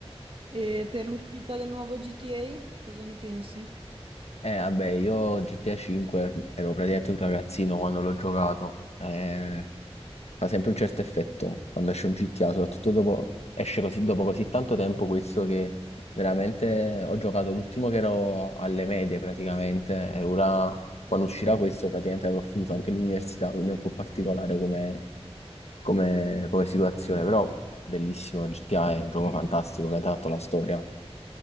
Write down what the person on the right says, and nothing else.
E per l'uscita del nuovo GTA, cosa ne pensi?